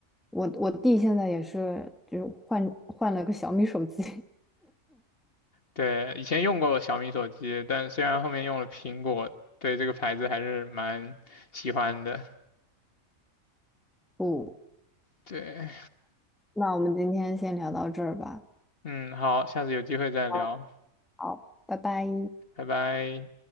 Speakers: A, in the centre; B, on the left (about 45°).
A: 我我弟现在也是，就是换换了个小米手机。
B: 对，以前用过小米手机，但虽然后面用了苹果，对这个牌子还是蛮喜欢的。
A: <laughs> 不，
B: 对，
A: 那我们今天先聊到这儿吧。
B: 嗯，好，下次有机会再聊，
A: 好，好，拜拜。
B: 拜拜。